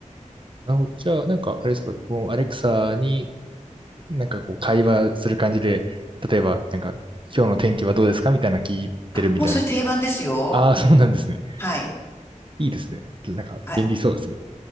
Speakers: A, on the right; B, on the left.
A: なるほど。じゃあ、なんか、あれですか、もうアレクサになんかこう会話する感じで、例えばなんか今日の天気はどうですかみたいな聞いてるみたいな。
B: もうそれ定番ですよ。
A: ああ、そうなんですね。
B: はい。
A: いいですね。なんか便利そうですね。
B: あ、